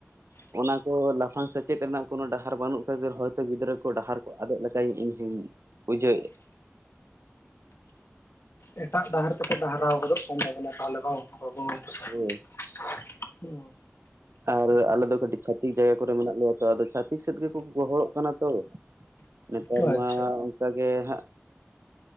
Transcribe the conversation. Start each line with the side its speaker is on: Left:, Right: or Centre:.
Right: ᱚᱱᱟ ᱠᱚ ᱞᱟᱯᱷᱟᱝ ᱥᱮᱪᱮᱫ ᱨᱮᱱᱟᱜ ᱠᱳᱱᱳ ᱰᱟᱦᱟᱨ ᱵᱟᱹᱱᱩᱜ ᱠᱷᱟ ᱦᱚᱭᱛᱳ ᱜᱤᱫᱽᱨᱟᱹ ᱠᱚ ᱰᱟᱦᱟᱨ ᱟᱫᱚᱜ ᱞᱮᱠᱟ ᱤᱧ ᱦᱚᱧ ᱵᱩᱡᱷᱟᱹᱣᱮᱫᱼᱟ
Left: ᱮᱴᱟᱜ ᱰᱟᱦᱟᱨ ᱛᱮ ᱰᱟᱦᱟᱨᱟᱣ ᱜᱚᱫᱚᱜ ᱠᱟᱱ ᱛᱟᱵᱚᱱᱟ ᱛᱟᱦᱚᱞᱮ ᱵᱟᱝ
Right: ᱦᱳᱭ
Left: <unintelligible> ᱦᱩᱸ
Right: ᱟᱨ ᱟᱞᱮ ᱫᱚ ᱠᱟᱹᱴᱤᱡ ᱪᱷᱟᱹᱛᱤᱠ ᱡᱟᱭᱜᱟ ᱠᱚᱨᱮ ᱢᱮᱱᱟᱜ ᱞᱮᱭᱟ ᱛᱚ ᱟᱫᱚ ᱪᱷᱟᱹᱛᱤᱠ ᱥᱮᱫ ᱜᱮᱠᱚ ᱜᱚᱦᱚᱲᱚᱜ ᱠᱟᱱᱟ ᱛᱚ ᱱᱮᱛᱟᱨ
Left: ᱟᱪᱪᱷᱟ
Right: ᱢᱟ ᱚᱱᱠᱟ ᱜᱮ ᱦᱟᱜ